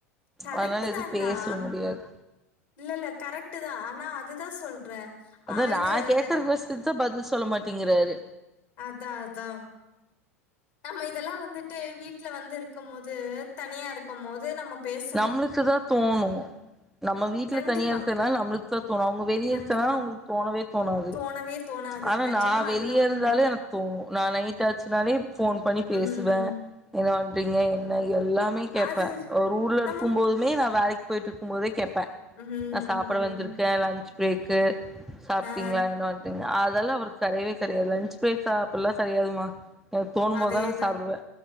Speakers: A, on the left; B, in the centre.
A: கரெக்ட்டு
B: அதனால எதுவு
A: தான்
B: பேச
A: டா
B: முடியாது
A: இல்லல்ல கரெக்டு தா ஆனா அதுதா சொல்றே
B: அதா
A: ஆ
B: நா
A: இது
B: கேக்குற
A: அதென்னது
B: கொஸ்டின்தா பதில் சொல்ல மாட்டேங்கிறாரு
A: அதா அதா நம்ம இதெல்லா வந்துட்டு வீட்ல வந்து இருக்கம்மோது தனியா இருக்கும்மோது நம்ம பேசணு
B: நம்முளுக்கு தா தோணு நம்ம வீட்ல
A: கண்டிப்பா
B: தனியாருக்குறனால நம்மளுக்கு தா தோணு அவங்க வெளிய
A: கண்டிப்பா
B: இருக்கனால அவங்களுக்கு தோணவே தோணாது
A: தோணவே தோணாது
B: ஆனா
A: நெஜமா
B: நா
A: அதுதா
B: வெளிய
A: உண்ம
B: இருந்தாலு எனக்கு தோணு நா நைட்டாச்சுனாலே ஃபோன் பண்ணி பேசுவ
A: ம்
B: என்ன பண்றிங்க என்ன எல்லாமே கேப்ப
A: அது
B: ஒ ஊர்ல
A: நம்ம
B: இருக்கும் போதுமே நா வேலைக்கு போயிட்ருக்கும் போதே கேப் ப
A: ம்
B: நா சாப்பட வந்திருக்க லன்ச் பிரேக்கு சாப்ட்டிங்ளா
A: ஆ
B: என்ன பண்றிங்க அதெல்லா அவுருக் கெடையவே கெடையாது லன்ச் ப்ரேக் சாப்பிடல்லா கெடையாதுமா எனக்கு தோணும்போதா
A: அதேதா
B: நா சாப்பிடுவே